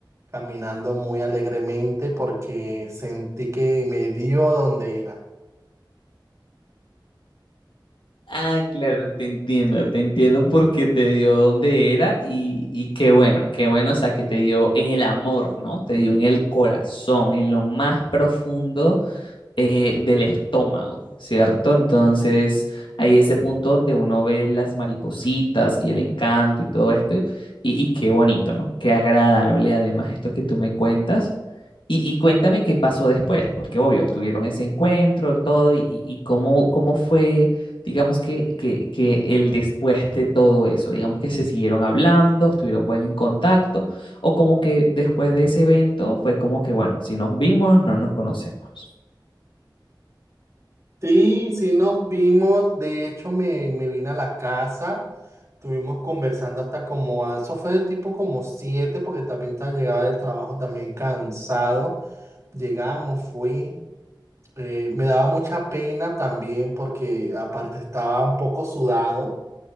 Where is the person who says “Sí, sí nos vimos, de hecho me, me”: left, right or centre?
Right